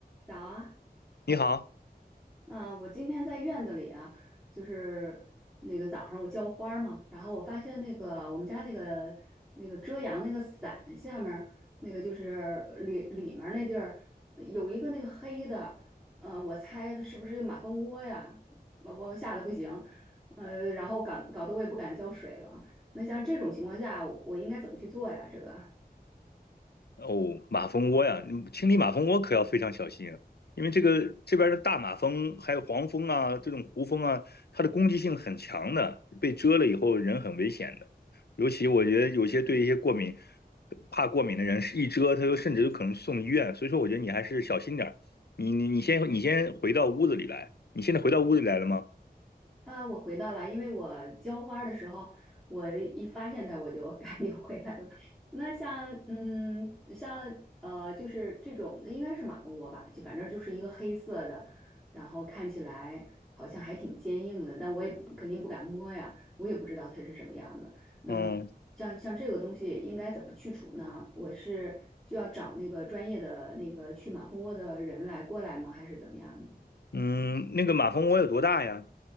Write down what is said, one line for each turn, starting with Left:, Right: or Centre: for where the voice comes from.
Centre: 早啊，
Left: 你好，
Centre: 嗯，我今天在院子里啊，就是那个早上我浇花儿嘛，然后我发现那个我们家那个那个遮阳那个伞下面儿那个就是呃里里面儿那地儿呃有一个那个黑的，嗯，我猜它是不是一个马蜂窝呀？我我吓得不行，呃，然后搞搞得我也不敢浇水了。那像这种情况下，我应该怎么去做呀？这个？
Left: 哦，马蜂窝呀，你清理马蜂窝可要非常小心啊因为这个这边的大马蜂还有黄蜂啊，这种胡蜂啊，它的攻击性很强的，被蛰了以后人很危险的。尤其我觉得有些对一些过敏、怕过敏的人，是一蛰他就甚至有可能送医院。所以说，我觉得你还是小心点儿。你你你先你先回到屋子里来，你现在回到屋子里来了吗？
Centre: 啊，我回到了，因为我浇花儿的时候，我一发现它，我就 <laughs> 赶紧回来了。那像，嗯，像呃，就是这种应该是马蜂窝吧，就反正就是一个黑色的，然后看起来好像还挺坚硬的，但我也肯定不敢摸呀，我也不知道它是什么样的。那么像像这个东西应该怎么去除呢？
Left: 嗯
Centre: 我是需要找那个专业的那个去马蜂窝的人来过来吗？还是怎么样呢？
Left: 嗯，那个马蜂窝有多大呀？